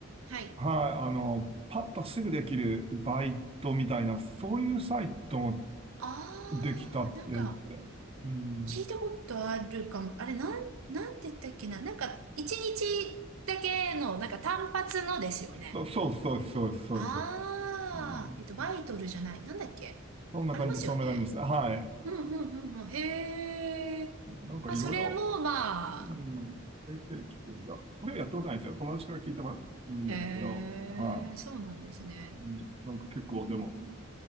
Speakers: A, on the right (about 80°); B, on the right (about 25°).
A: はい。
B: はい、あの、パッとすぐできるバイトみたいな、そういうサイトも
A: ああ、
B: できたって言って。
A: なんか、
B: うん。
A: 聞いたことあるかも。あれ、なん、なんて言ったっけな。なんか、一日だけの、なんか単発のですよね。
B: そうそうそうそうそうです。
A: あー、
B: うん
A: えっと、バイトルじゃない。なんだっけありますよね。
B: そんな感じ、そんな感じです。はい。
A: うんうんうんうん。へー。
B: なんかいろいろ、
A: あ、それも、まあ、
B: うん、できてきてるんだ。これやったことないんですよ。友達から聞いたんですけど、
A: へー、
B: はい。
A: そうなんですね。
B: うんなんか結構でも、
A: うん